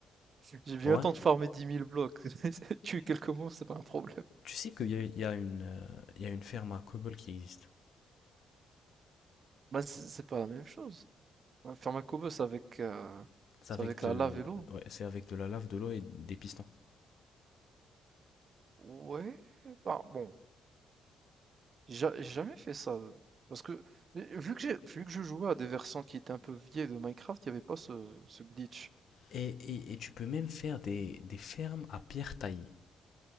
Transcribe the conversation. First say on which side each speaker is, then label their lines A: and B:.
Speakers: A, on the right; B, on the left.
A: j'ai bien
B: Ouais.
A: le temps de farmer 10 000 blocs. <laughs> Tuer quelques monstres, c'est pas un problème.
B: Tu sais qu'il y a, il y a une, euh, il y a une ferme à Cobble qui existe.
A: Bah, c'est c'est pas la même chose. Ouais, Faire un Koboss avec, heu,
B: C'est
A: c'est
B: avec
A: avec
B: de,
A: la lave et l'eau.
B: ouais, c'est avec de la lave, de l'eau et des pistons.
A: Ouais, enfin bon. J'a- J'ai jamais fait ça. Parce que, mais vu que j'ai, vu que je jouais à des versants qui étaient un peu vieilles de Minecraft, il n'y avait pas ce, ce glitch.
B: Et, et, et tu peux même faire des, des fermes à pierre taillée.